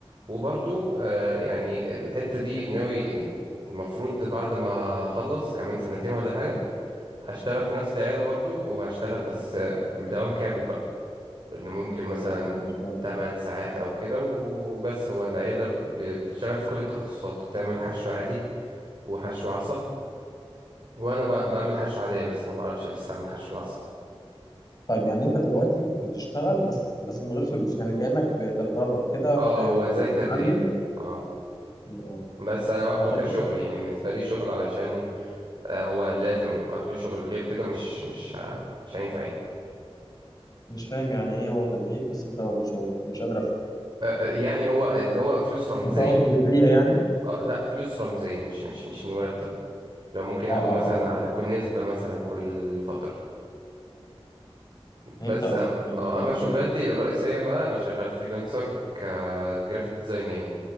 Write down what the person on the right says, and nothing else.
وبرضو آه يعني الحته دي ناوي المفروض بعد ما اخلص كمان سنتين ولا حاجه هشتغل في نفس العيادة برضو وهشتغل بس بدوام كامل بقى لأن ممكن مثلا
8 ساعات أو كده وبس هو العيادة ب- بتشتغل في كل التخصصات بتعمل حشو عادي وحشو عصب وأنا ب- بعمل حشو عادية بس ما بعرفش لسه أعمل حشو العصب
اه
هو زي
تدريب اه
بس أنا واخده
كشغل
يعني بالنسبة لي شغل علشان آه، هو لازم أخده شغل غير كده مش مش ه- مش هينفع يعني
آه، آه، يعني هو اللي هو فلوس رمزية
آه، لا فلوس رمزية مش مش مش مرتب لو ممكن
اخد
مثلا
على
كل نسبة مثلا كل فترة
بس
أم...
اه
اما شغلانتي الرئيسية بقى انا شغال فريلانسر كجرافيك ديزاين يعني